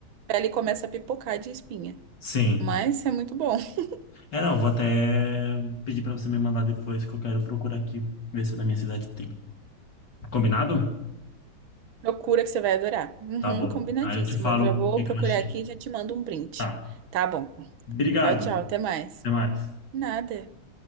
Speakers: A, on the right; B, on the left.
A: pele começa a pipocar de espinha.
B: Sim.
A: Mas é muito bom. <laughs>
B: É, não, vou até pedir pra você me mandar depois que eu quero procurar aqui, ver se na minha cidade tem. Combinado?
A: Procura que você vai adorar. Uhum,
B: Tá bom.
A: combinadíssimo.
B: Aí eu te falo
A: Eu já vou
B: o que
A: procurar
B: que eu achei.
A: aqui e já te mando um print.
B: Tá.
A: Tá bom.
B: Obrigado.
A: Tchau, tchau. Até mais.
B: Até mais.
A: Nada.